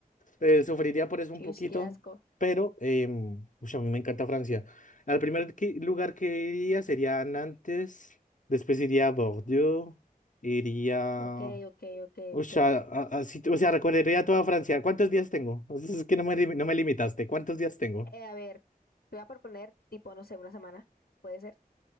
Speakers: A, on the left; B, on the left.
A: eh, sufriría por eso un poquito,
B: Ish, qué asco.
A: pero em, ush, a mí me encanta Francia. Al primer que- lugar que iría sería Nantes, después iría a Bordeaux, iría,
B: Ok, ok, ok,
A: ush,
B: ok.
A: a- a- a sit- o sea, recorrería toda Francia. ¿Cuántos días tengo? <laughs> Es que no me, lim- no me limitaste, ¿cuántos días tengo?
B: Eh, a ver, te voy a proponer, tipo, no sé, una semana. ¿Puede ser?